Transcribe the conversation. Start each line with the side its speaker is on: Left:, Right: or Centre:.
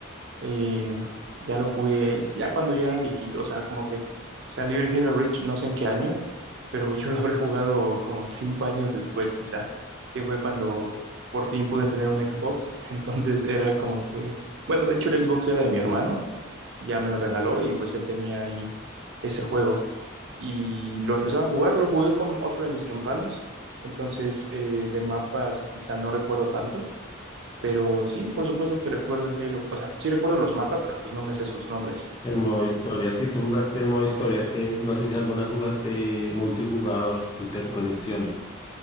Right: eh, ya lo jugué, ya cuando ya era viejito, o sea, como que salió el Halo Reach, no sé en qué año, pero yo lo habré jugado como cinco años después quizá, que fue cuando por fin pude tener un Xbox, <laughs> entonces era como que, bueno, de hecho el Xbox era de mi hermano, ya me lo regaló y pues él tenía ahí ese juego y lo empezaba a jugar, lo jugué con otro de mis hermanos, entonces eh, de mapas quizá no recuerdo tanto, pero sí, por supuesto que recuerdo el Halo, o sea, sí recuerdo los mapas, pero pues no me sé sus nombres.
Left: El modo historia, si tú jugaste el modo historia, es que no sé si alguna jugaste multijugador, interconexión.